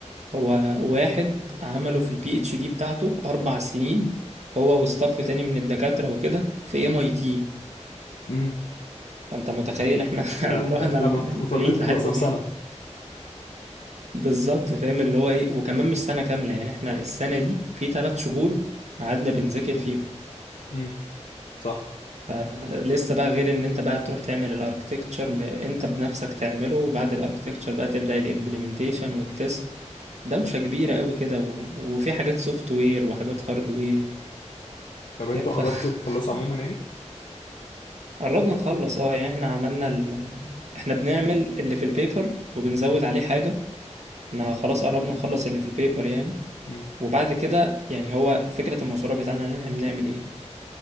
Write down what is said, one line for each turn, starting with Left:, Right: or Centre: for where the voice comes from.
Right: هو واحد عمله في البي اتش دي بتاعته أربع سنين هو وستاف تاني من الدكاترة وكده في ام اي تي
Left: امم
Right: فأنت متخيل احنا <laughs>
Left: لا
Right: احنا
Left: ت-
Right: رحنا
Left: انت
Right: ل-
Left: مط- مطالبين
Right: بعيد
Left: تخلصها
Right: لحد فين
Left: في سنة
Right: بالظبط فاهم اللي هو ايه وكمان مش سنة كاملة يعني احنا السنة دي في ثلاث شهور قعدنا بنذاكر فيهم
Left: امم صح
Right: فلسه بقى غير ان انت بقى تروح تعمل الاركتكتشر انت بنفسك تعمله وبعد الاركتكتشر بقى تبدأ الامبلمنتيشن والتست
Left: مم.
Right: دوشة كبيرة قوي كده و- وفي حاجات سوفت وير وحاجات هارد وير
Left: طب
Right: فاهم
Left: انتوا
Right: ف
Left: قربتوا
Right: <laughs>
Left: تخلصوا عموما يعني
Right: قربنا نخلص اه يعني احنا عملنا ال... اه، احنا بنعمل اللي في البيبر وبنزود عليه حاجة احنا خلاص قربنا نخلص اللي في البيبر يعني
Left: امم
Right: وبعد كده يعني هو فكرة المشروع بتاعنا ان احنا بنعمل ايه